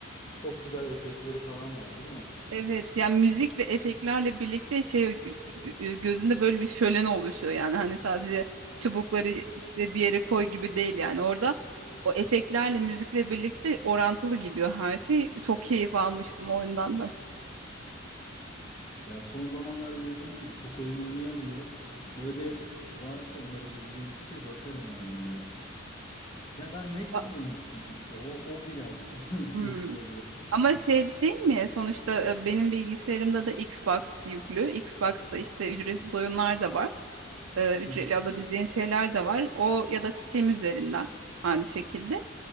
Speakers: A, on the left (about 25°); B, on the right (about 80°).
A: çok güzel efektleri falan var, değil mi?
B: Evet yani müzik ve efektlerle birlikte şey gö- gö- gözünde böyle bir şölen oluşuyor yani hani sadece çubukları
A: Aha.
B: işte bir yere koy gibi değil yani orada o efektlerle müzikle birlikte orantılı gidiyor her şey. Çok keyif almıştım o oyundan da.
A: Ya son zamanlarda dediğim gibi çok oyun oynayamıyorum. Böyle varsa önerebileceğim bir şey bakarım ama yine de. Ya ben Mac
B: Ba-
A: kullanıcısıyım işte. O, o biraz <laughs>
B: Hmm.
A: kötü oluyor.
B: Ama şey değil mi? Sonuçta e, benim bilgisayarımda da Xbox yüklü. Xbox'ta işte ücretsiz oyunlar da var. E, Ücretli
A: <laughs>
B: alabileceğin şeyler de var. O ya da Steam üzerinden aynı şekilde.